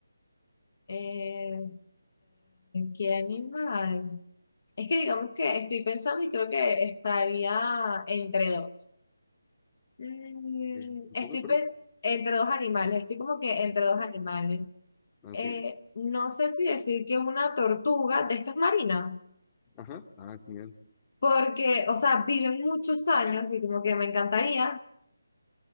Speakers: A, on the left; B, on the left.
A: Este, ¿qué animal? Es que digamos que estoy pensando y creo que estaría entre dos. Mm,
B: Eh,
A: estoy
B: ¿Cómo, perdón?
A: pe- entre dos animales, estoy como que entre dos animales.
B: Ah,
A: eh,
B: Ok.
A: no sé si decir que una tortuga de estas marinas,
B: Ajá. Ah, genial.
A: porque, o sea, viven muchos años y como que me encantaría,